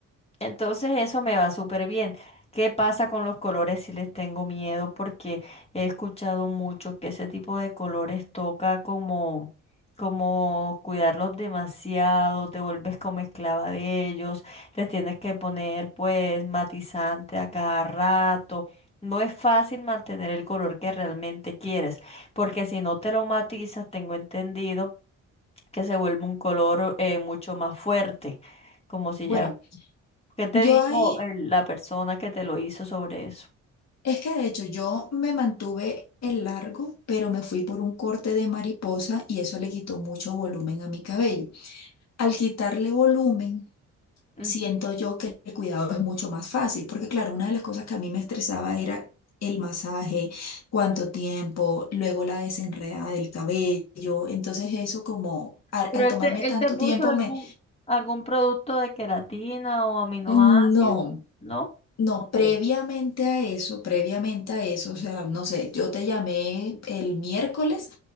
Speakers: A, on the left; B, on the left.
A: Entonces eso me va súper bien. ¿Qué pasa con los colores si les tengo miedo? Porque he escuchado mucho que ese tipo de colores toca como, como cuidarlos demasiado, te vuelves como esclava de ellos, les tienes que poner pues matizante a cada rato. No es fácil mantener el color que realmente quieres, porque si no te lo matizas, tengo entendido que se vuelve un color eh, mucho más fuerte, como si
B: bueno,
A: ya... ¿Qué te
B: yo
A: dijo
B: ahí
A: el- la persona que te lo hizo sobre eso?
B: Es que de hecho yo me mantuve el largo, pero me fui por un corte de mariposa y eso le quitó mucho volumen a mi cabello. Al quitarle volumen,
A: Ujú.
B: siento yo que el cuidado es mucho más fácil, porque claro, una de las cosas que a mí me estresaba era el masaje, cuánto tiempo, luego la desenredada del cabello. Entonces eso como al,
A: Pero
B: al
A: él
B: tomarme
A: te,
B: tanto
A: él te puso
B: tiempo
A: algún,
B: me...
A: algún producto de queratina o aminoácidos,
B: No.
A: ¿no?
B: No,
A: Ok.
B: previamente a eso, previamente a eso, o sea, no sé, yo te llamé el miércoles